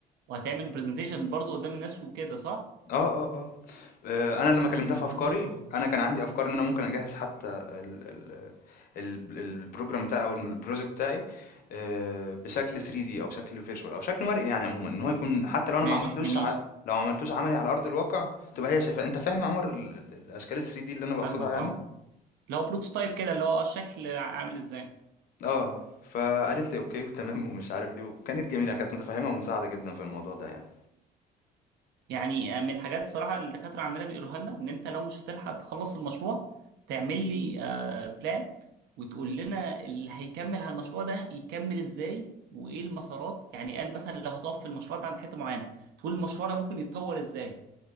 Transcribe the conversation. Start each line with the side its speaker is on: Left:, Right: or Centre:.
Right: وهتعمل برزنتيشن برضو قدام الناس وكده صح
Left: اه اه اه آه، انا لما كلمتها
Right: اه
Left: في افكاري انا كان عندي افكار ان انا ممكن اجهز حتى ال... ال... ال- البروجرام بتاعي او البروجكت بتاعي آه، بشكل 3D او شكل فيرتشوال او شكل مرئي يعني عموما ان هو يكون حتى لو انا
Right: ماشي
Left: ما عملتوش
Right: جميل
Left: ع- لو ما عملتوش عملي على ارض الواقع تبقى هي شايفاه انت فاهم يا عمر ال- ال- الاشكال ال 3D اللي انا بقصدها
Right: فاهمك
Left: يعني
Right: اه لو بروتوتايب كده اللي هو اه الشكل عامل ازاي
Left: اه فقالت لي اوكي وتمام ومش عارف ايه وكانت جميله كانت متفهمه ومساعده جدا في الموضوع ده يعني
Right: يعني آه، من الحاجات صراحة اللي الدكاترة عندنا بيقولوها لنا إن أنت لو مش هتلحق تخلص المشروع تعمل لي بلان وتقول لنا اللي هيكمل على المشروع ده يكمل إزاي وإيه المسارات يعني قال مثلا لو هتقف في المشروع ده عند حتة معينة تقول المشروع ده ممكن يتطور إزاي